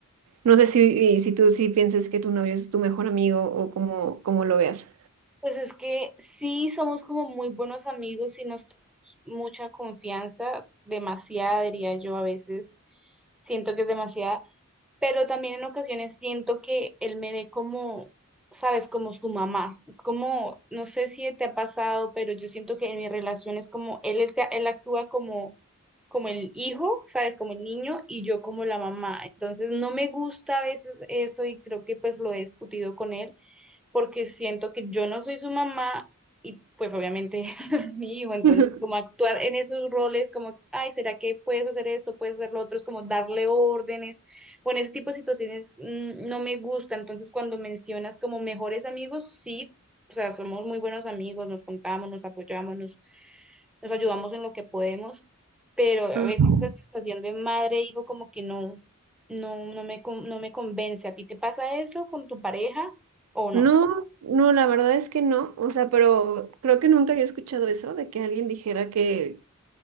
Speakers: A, on the right; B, in the centre.
A: No sé si, si tú sí pienses que tu novio es tu mejor amigo o cómo, cómo lo veas.
B: Pues es que sí somos como muy buenos amigos y nos tenemos mucha confianza, demasiada diría yo a veces, siento que es demasiada, pero también en ocasiones siento que él me ve como, sabes, como su mamá. Es como, no sé si te ha pasado, pero yo siento que en mi relación es como, él, él, se- él actúa como, como el hijo, sabes, como el niño y yo como la mamá. Entonces no me gusta a veces eso y creo que pues lo he discutido con él porque siento que yo no soy su mamá y pues obviamente <laughs> no es mi hijo, entonces
A: <laughs>
B: como actuar en esos roles como, ay, ¿será que puedes hacer esto, puedes hacer lo otro? Es como darle órdenes o en ese tipo de situaciones mm, no me gusta, entonces cuando mencionas como mejores amigos, sí, o sea, somos muy buenos amigos, nos contamos, nos apoyamos, nos, nos ayudamos en lo que podemos, pero a
A: Ajá.
B: veces esa sensación de madre e hijo como que no, no, no me, con- no me convence. ¿A ti te pasa eso con tu pareja o no?
A: No, no, la verdad es que no. O sea, pero creo que nunca había escuchado eso de que alguien dijera que,